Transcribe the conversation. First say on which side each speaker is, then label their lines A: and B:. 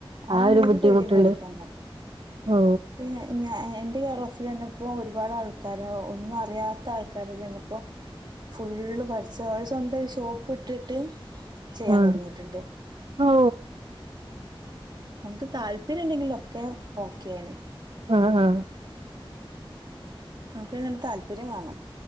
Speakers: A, on the right (about 50°); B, on the right (about 70°).
A: അതൊന്ന്
B: ആ
A: ഒരു
B: ബുദ്ധിമുട്ടുണ്ട്
A: പേടീം പേടിക്കണ്ട
B: ഓ
A: പി ഞയെ എന്റെ കെറോഫിൽ തന്നെപ്പോ ഒരുപാട് ആൾക്കാര ഒന്നും അറിയാത്ത ആൾക്കാര് തന്നെപ്പോ ഫുള്ള് പടിച്ചോ അവര് സ്വന്തം ഒരു ഷോപ്പ് ഇട്ടിട്ട് ചെയ്യാൻ
B: ആഹ
A: തുടങ്ങിയിട്ടുണ്ട്
B: ഓ
A: നമുക്ക് താല്പര്യം ണ്ടെങ്കിലോ ക്കെ ഓക്കെയാണ്
B: ആഹ ആഹ
A: നമുക്ക് നല്ല താല് പ്പര്യം വേണം